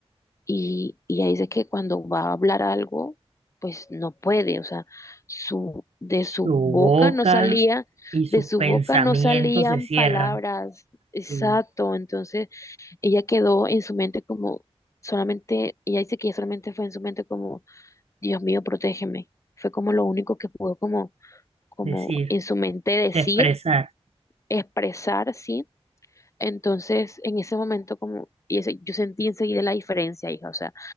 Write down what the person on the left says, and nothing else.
y, y ella dice que cuando va a hablar algo, pues no puede, o sea, su, de
su boca
no salía,
de su
boca no salían
palabras, exacto,
entonces ella quedó en su mente como solamente, ella dice que solamente fue en su mente como, Dios mío, protégeme, fue como lo único que pudo como, como
en su mente decir,
expresar, sí entonces, en ese momento, como, y ese- yo sentí enseguida la diferencia, hija, o sea,